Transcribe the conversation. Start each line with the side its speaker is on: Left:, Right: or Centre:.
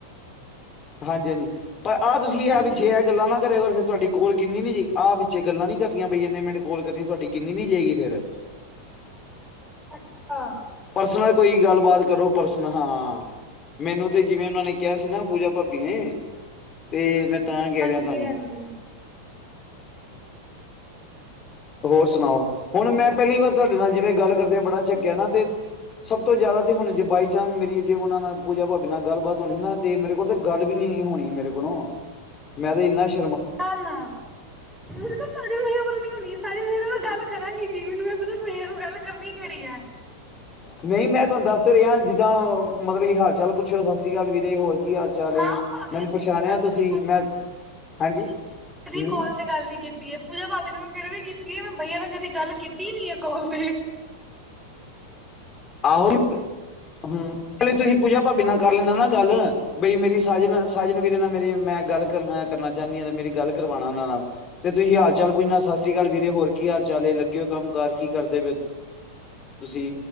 Left: ਹਾਂਜੀ ਹਾਂਜੀ ਪਰ ਆਹ ਤੁਸੀਂ ਆ
Centre: ਹਾਂਜੀ
Left: ਵੀ, ਜੇ ਇਹ ਗੱਲਾਂ ਨਾ ਕਰਿਓ। ਫਿਰ ਤੁਹਾਡੀ ਕੋਲ ਗਿਨਨੀ ਨਹੀ ਜਾਏਗੀ ਆਹ ਵਿੱਚੇ ਗੱਲਾਂ ਨਹੀਂ ਕਰਨੀਆਂ ਬਈ ਇੰਨੇ ਮਿੰਟ ਕੋਲ ਕਰੀ ਤੁਹਾਡੀ ਗਿਨਨੀ ਨਹੀ ਜਾਏਗੀ ਫੇਿਰ
Centre: ਅੱਛਾ
Left: ਪਰਸਨਲ ਕੋਈ ਗੱਲਬਾਤ ਕਰੋ ਪਰਸਨਲ ਹਾਂ ਮੈਨੂੰ ਤੇ ਜਿਵੇਂ ਉਹਨਾਂ ਨੇ ਕਿਹਾ ਸੀ ਨਾ ਪੂਜਾ ਭਾਬੀ ਨੇ ਤੇ ਮੈਂ ਤਾਂ ਕਹਿ
Centre: ਹਾਂਜੀ-ਹਾਂਜੀ-ਹਾਂਜੀ,
Left: ਰਿਹਾ ਤੁਹਾਨੂੰ ਹੋਰ ਸੁਣਾਓ, ਹੁਣ ਮੈਂ ਪਹਿਲੀ ਵਾਰ ਤੁਹਾਡੇ ਨਾਲ ਜਿਵੇਂ ਗੱਲ ਕਰਦੇ ਬੜਾ ਚੱਕਿਆ ਨਾ, ਤੇ ਸਭ ਤੋਂ ਜਿਆਦਾ ਤੇ ਹੁਣੇ ਜੇ ਬਾਈ ਚਾਂਸ ਮੇਰੀ ਜੇ ਉਹਨਾਂ ਨਾਲ ਪੂਜਾ ਭਾਬੀ ਨਾਲ ਗੱਲਬਾਤ ਹੋਣੀ ਨਾ ਤੇ ਮੇਰੇ ਕੋਲ ਤੇ ਗੱਲ ਵੀ ਨੀ ਹੋਣੀ ਮੇਰੇ ਕੋਲੋਂ ਮੈਂ ਤੇ ਇੰਨਾ ਸ਼
Centre: ਨਾ-ਨਾ, ਹੋਣੀ <unintelligible> ਗੱਲ ਕਰਾਂਗੀ, ਕਿ ਮੈਨੂੰ ਇਹ ਪਤਾ ਗੱਲ ਕਰਨੀ ਕਿਹੜੀ ਹੈ।
Left: ਨਹੀਂ ਮੈਂ ਤੁਹਾਨੂੰ ਦੱਸ ਤੇ ਰਿਹਾ ਜਿੱਦਾਂ ਮਤਲਬ ਕਿ ਹਾਲ-ਚਾਲ ਪੁੱਛਓ ਸਤਿ ਸ੍ਰੀ ਅਕਾਲ ਵੀਰੇ ਹੋਰ। ਕੀ ਹਾਲ ਚਾਲ
Centre: ਹਾਂ
Left: ਏ
Centre: ਭਾਵੇਂ
Left: ਮੈਨੂੰ
Centre: ਅਸੀਂ
Left: ਪਛਾਣਿਆ
Centre: ਕ ਗੱਲ ਕੀਤੀ ਮੈਂ
Left: ਤੁਸੀਂ
Centre: ਕਦੀ
Left: ਮੈਂ ਹਾਂਜੀ ਹੂੰ
Centre: ਕਾਲ ਤੇ ਗੱਲ ਨੀ ਕੀਤੀ ਹੈ ਪੂਜਾ ਭਾਵੇਂ ਮੈਂ ਫਿਰ ਵੀ ਕੀਤੀ ਆ ਮੈਂ ਬਈਆ ਤਾਂ ਕਦੀ ਗੱਲ ਕੀਤੀ ਨੀ ਆ ਕੋਲ ਤੇ
Left: ਆਹੁ, ਹੂੰ,
Centre: ਕਿਸ
Left: ਪਹਿਲੇ ਤੁਸੀਂ
Centre: ਤਰ੍ਹਾਂ ਦੀ
Left: ਪੂਜਾ ਭਾਬੀ ਨਾਲ ਕਰ ਲੈਣਾ ਨਾ। ਗੱਲ ਬਈ ਮੇਰੀ ਸਾਜਨ ਸਾਜਨ ਵੀਰੇ ਨਾਲ ਮੇਰੀ ਮੈਂ ਗੱਲ ਕਰ ਕਰਨਾ ਚਾਹੁੰਨੀ ਹਾਂ। ਮੇਰੀ ਗੱਲ ਕਰਵਾਣਾ ਉਹਨਾਂ ਨਾਲ ਤੇ ਤੁਸੀਂ ਹਾਲ-ਚਾਲ ਪੁੱਛਣਾ ਸਤਿ ਸ੍ਰੀ ਅਕਾਲ ਵੀਰੇ ਹੋਰ ਕੀ ਹਾਲ ਚਾਲ ਏ ਲੱਗੇ ਹੋ ਕੰਮ ਘਰ ਕੀ ਕਰਦੇ ਪ ਤੁਸੀਂ